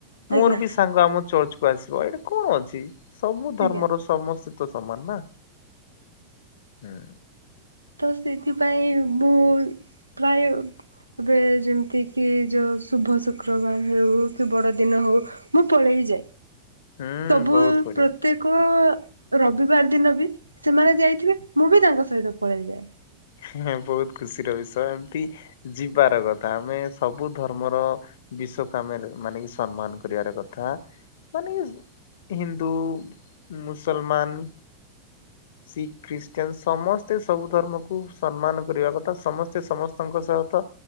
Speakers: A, on the right; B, on the left.
A: ଆଜ୍ଞା
B: ମୋର ବି ସାଙ୍ଗ ଆମ ଚର୍ଚ୍ଚ ଆସିବ ଏଇଟା କଣ ଅଛି ସବୁ ଧର୍ମର
A: ଆଜ୍ଞା
B: ସମସ୍ତ ସ୍ତେ ତ ସମାନ ନା ହୁଁ।
A: ତ ସେ ସେଥିପାଇଁ ମୁଁ ପ୍ରାୟ ଏବେ ଯେମିତି କିି ଯୋଉ ଶୁଭ ଶୁକ୍ରବାର ହେଉ କି ବଡ଼ଦିନ ହଉ ମୁଁ ପଳେଇଯାଏ
B: ହୁଁ
A: ତବୁ
B: ବହୁତ ବଢିଆ
A: ପ୍ରତେ କ ରବିବାର ଦିନ ବି ସେମାନେ ଯାଇଥିବେ ମୁଁ ବି ତାଙ୍କ ସହିତ ପଳାଇଯାଏ।
B: ହଁ ବହୁତ ଖୁସି ର ବିଷୟ ଏମତି ଯିବାର କଥା ଆମେ ସବୁ ଧର୍ମର ବିଶ୍ଵ କାମରେ ମାନେ କି ସମ୍ମାନ କରିବାର କଥା ମାନେ। ୱେନ ଇଜି ହିନ୍ଦୁ ମୁସଲମାନ। ଶିଖ ଖ୍ରୀଷ୍ଟିୟନ ସମସ୍ତେ ସବୁ ଧର୍ମକୁ ସମ୍ମାନ କରିବା କଥା ସମସ୍ତେ ସମସ୍ତଙ୍କ ସହତ